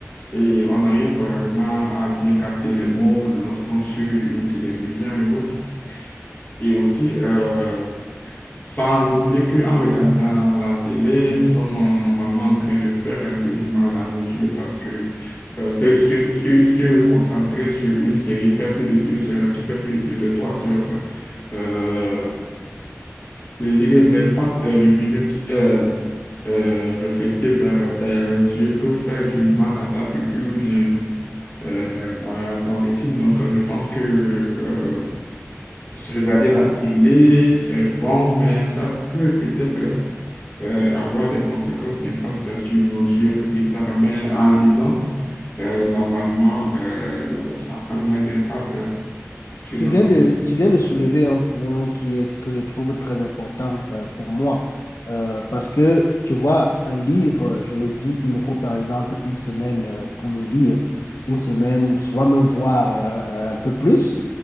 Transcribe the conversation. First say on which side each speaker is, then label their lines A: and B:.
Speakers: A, on the left; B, on the left.
A: Et on arrive vraiment à bien capter les mots lorsqu'on suit une télévision et autres. Et aussi, euh, sans oublier qu'en regardant la télé, nous sommes euh, normalement en train de faire un peu du mal à nos yeux parce que euh, se, se- se- se concentrer sur une série fait plus de deux heures, qui fait plus de deux heures, trois heures, euh, je dirais l'impact lumineux qui est euh, reflété vers tes yeux peut faire du mal à ta pupille ou bien euh, à ton rythme. Donc, euh, je pense que euh, regarder la télé, c'est bon, mais ça peut peut-être euh, avoir des conséquences néfastes sur nos yeux un peu plus tard. Mais en lisant, euh, normalement, euh, ça a moins d'impact sur
B: Tu
A: nos
B: viens
A: santé.
B: de, tu viens de soulever un point qui est, que je trouve très important euh, pour moi. Euh, parce que, tu vois, un livre, je me dis, il me faut par exemple une semaine euh, pour le lire, une semaine, souvent même voir euh, un peu plus,